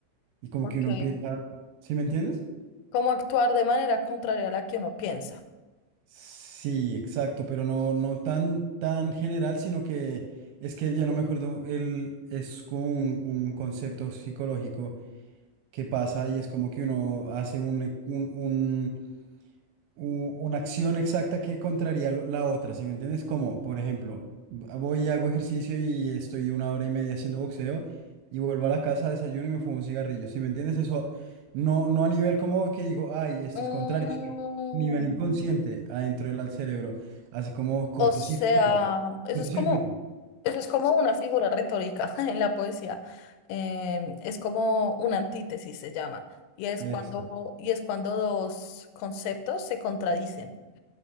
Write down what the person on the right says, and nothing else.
Y como
que uno empieza, ¿sí me entiendes?
Sí, exacto, pero no, no tan, tan general, sino que es que ya no me acuerdo, el, es como un, un concepto psicológico que pasa y es como que uno hace un, un, u- una acción exacta que contraría lo- la otra, ¿sí me entiendes? Como, por ejemplo, v- voy y hago ejercicio y estoy una hora y media haciendo boxeo y vuelvo a la casa, desayuno y me fumo un cigarrillo, ¿sí me entiendes? Eso no, no a nivel como que digo, ay, esto
es contrario, sino a nivel inconsciente adentro del al cerebro, hace como cortocircuito,
cortocircuito.
Exacto,